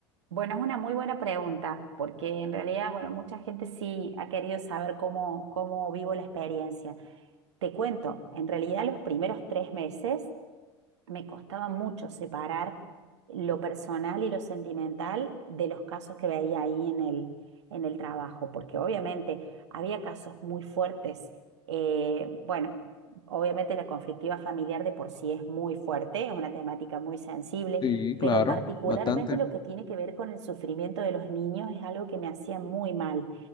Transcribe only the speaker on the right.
Bueno, es una muy buena pregunta, porque en realidad, bueno, mucha gente sí ha querido saber cómo, cómo vivo la experiencia. Te cuento, en realidad los primeros tres meses me costaba mucho separar lo personal y lo sentimental de los casos que veía ahí en el, en el trabajo, porque obviamente había casos muy fuertes. eh, bueno, obviamente la conflictiva familiar de por sí es muy fuerte, es una temática muy sensible,
pero particularmente
lo que tiene que ver con el sufrimiento de los niños es algo que me hacía muy mal.